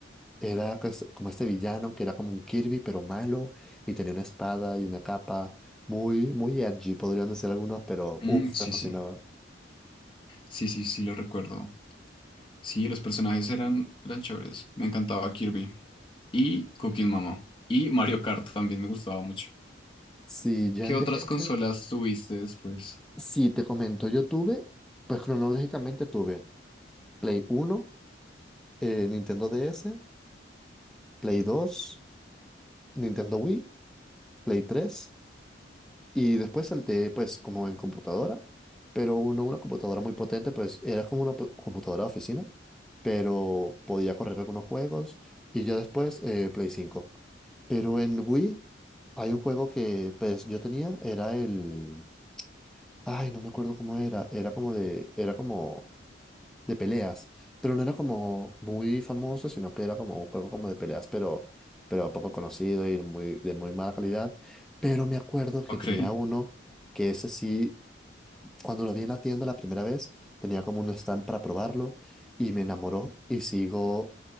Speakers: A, in the centre; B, on the left (about 25°).
A: Era pues, como este villano que era como un Kirby, pero malo, y tenía una espada y una capa muy, muy edgy, podrían decir algunos, pero
B: Mm,
A: uff,
B: sí,
A: me fascinaba.
B: sí. Sí, sí, sí, lo recuerdo. Sí, los personajes eran, eran chéveres. Me encantaba Kirby y Cooking Mama. Y Mario Kart también me gustaba mucho.
A: Sí, ya
B: ¿Qué
A: en
B: otras
A: DS,
B: consolas tuviste después?
A: sí, te comento, yo tuve, pues cronológicamente tuve Play uno eh, Nintendo DS, Play dos Nintendo Wii, Play tres Y después salté, pues, como en computadora, pero uno, una computadora muy potente, pues, era como una po- computadora de oficina, pero podía correr algunos juegos. Y ya después, eh, Play cinco Pero en Wii hay un juego que, pues, yo tenía, era el... Ay, no me acuerdo cómo era, era como de... Era como de peleas, pero no era como muy famoso, sino que era como un juego como de peleas, pero, pero poco conocido y muy, de muy mala calidad. Pero me acuerdo que
B: Ok,
A: tenía uno que ese sí, cuando lo vi en la tienda la primera vez, tenía como un stand para probarlo y me enamoró y sigo,